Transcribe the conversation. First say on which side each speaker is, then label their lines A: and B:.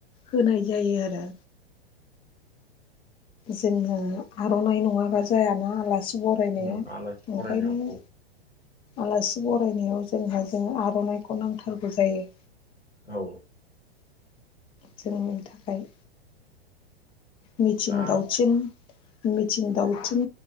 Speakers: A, on the left; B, on the left.
A: होनाय जायो आरो। जोंहा आर'नाइ नङाबा जाया ना आलासि बरायनायाव
B: उम आलासि बरायनायाव
A: ओंखायनो आलासि बरनायाव जोंहा जों आर'नाइखौ नांथारगौ जायो।
B: औ
A: जोंनि थाखाय मिथिं
B: दा
A: दाउथिं मिथिं दावथिं